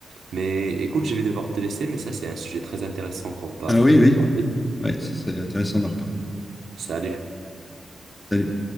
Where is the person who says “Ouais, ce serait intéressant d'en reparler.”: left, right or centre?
Left